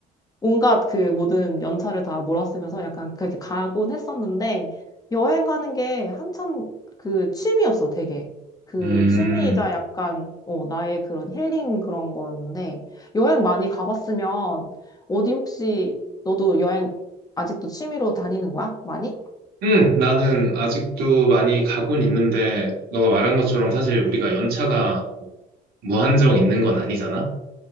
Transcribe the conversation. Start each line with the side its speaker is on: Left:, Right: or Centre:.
Left: 온갖 그 모든 연차를 다 몰아쓰면서 약간 그렇게 가곤 했었는데 여행 가는 게 한참 그 취미였어, 되게. 그
Right: 음,
Left: 취미이자 약간 어, 나의 그런 힐링 그런 거였는데 여행 많이 가봤으면 어디 혹시 너도 여행 아직도 취미로 다니는 거야? 많이?
Right: 음, 나는 아직도 많이 가곤 있는데, 너가 말한 것처럼 사실 우리가 연차가 무한정 있는 건 아니잖아?